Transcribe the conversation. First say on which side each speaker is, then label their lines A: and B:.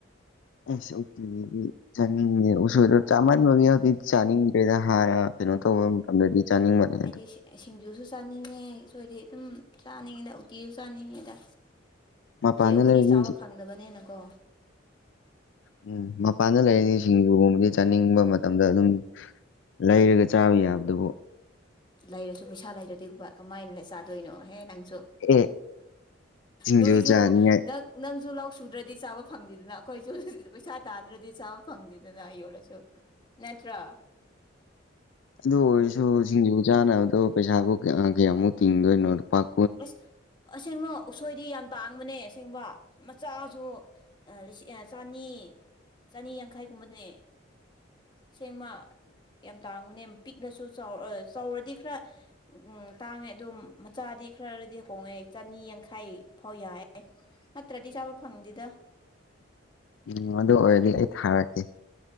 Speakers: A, on the left; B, on the left.
A: <unintelligible> ꯆꯥꯅꯤꯡꯉꯦ ꯎꯁꯣꯏꯗꯣ ꯆꯥꯝꯃꯟꯕꯒꯤ ꯍꯧꯖꯤꯛ ꯆꯥꯅꯤꯡꯗ꯭ꯔꯦꯗ ꯍꯥꯔ ꯀꯩꯅꯣ ꯇꯧꯕ ꯃꯇꯝꯗꯗꯤ ꯆꯥꯅꯤꯡꯕꯅꯦ
B: ꯑꯩꯗꯤ
A: ꯑꯗꯣ
B: ꯁꯤꯡꯖꯨꯁꯨ ꯆꯥꯅꯤꯡꯉꯦ ꯎꯁꯣꯏꯗꯤ ꯑꯗꯨꯝ ꯆꯥꯅꯤꯡꯉꯤꯅ ꯎꯇꯤꯁꯨ ꯆꯥꯅꯤꯡꯉꯦꯗ
A: ꯃꯄꯥꯟꯗ
B: ꯑꯗꯨꯗꯤ ꯑꯩꯈꯣꯏꯗꯤ
A: ꯂꯩꯔꯗꯤ
B: ꯆꯥꯕ ꯐꯪꯗꯕꯅꯦꯅꯀꯣ
A: ꯎꯝ ꯃꯄꯥꯟꯗ ꯂꯩꯔꯅꯤ ꯁꯤꯡꯖꯨꯒꯕꯒꯤ ꯆꯥꯅꯤꯡꯕ ꯃꯇꯝꯗ ꯑꯗꯨꯝ ꯂꯩꯔꯒ ꯆꯥꯕ ꯌꯥꯕꯗꯨꯕꯨ
B: ꯂꯩꯔꯁꯨ ꯄꯩꯁꯥ ꯂꯩꯔꯗꯤꯒꯨꯝꯕ ꯀꯃꯥꯏꯅ ꯆꯥꯗꯣꯏꯅꯣꯍꯦ ꯅꯪꯁꯨ
A: ꯑꯦ ꯁꯤꯡꯖꯨ
B: ꯅꯣꯏꯁꯨꯣ
A: ꯆꯥꯅꯤꯡꯉꯥꯏ
B: ꯅ ꯅꯪꯁꯨ ꯂꯧ ꯁꯨꯗ꯭ꯔꯗꯤ ꯆꯥꯕ ꯐꯪꯗꯦꯗꯅ ꯑꯩꯈꯣꯏꯁꯨ ꯄꯩꯁꯥ ꯇꯥꯟꯗ꯭ꯔꯗꯤ ꯆꯥꯕ ꯐꯪꯗꯦꯗꯅ ꯌꯣꯜꯂꯁꯨ ꯅꯠꯇ꯭ꯔ
A: ꯑꯗꯨ ꯑꯣꯏꯔꯁꯨ ꯁꯤꯡꯖꯨ ꯆꯥꯅꯕꯗ ꯄꯩꯁꯥꯕꯨ ꯀꯌꯥ ꯀꯌꯥꯃꯨꯛ ꯇꯤꯡꯗꯣꯏꯅꯣ ꯂꯨꯄꯥꯛ
B: ꯑꯁ ꯑꯁꯦꯡꯃꯛ ꯑꯁꯣꯏꯗꯤ ꯌꯥꯝ ꯇꯥꯡꯕꯅꯦ ꯑꯁꯦꯡꯕ ꯃꯆꯥꯁꯨꯁꯤꯡ ꯆꯅꯤ ꯆꯅꯤ ꯌꯥꯡꯈꯥꯏꯒꯨꯝꯕꯅꯦ ꯁꯦꯡꯃ ꯌꯥꯝ ꯇꯥꯡꯕꯅꯦ ꯄꯤꯛꯂꯁꯨ ꯆꯥꯎꯔꯗꯤ ꯈꯔ ꯇꯥꯡꯉꯦ ꯑꯗꯨꯝ ꯃꯆꯥꯗꯤ ꯈꯔꯔꯗꯤ ꯍꯣꯡꯉꯛꯦ ꯆꯅꯤ ꯌꯥꯡꯈꯥꯏ ꯐꯥꯎ ꯌꯥꯑꯦ ꯅꯠꯇ꯭ꯔꯗꯤ ꯆꯥꯕ ꯐꯪꯗꯦꯗ
A: ꯎꯝ ꯑꯗꯨ ꯑꯣꯏꯔꯗꯤ ꯑꯩ ꯊꯥꯔꯛꯀꯦ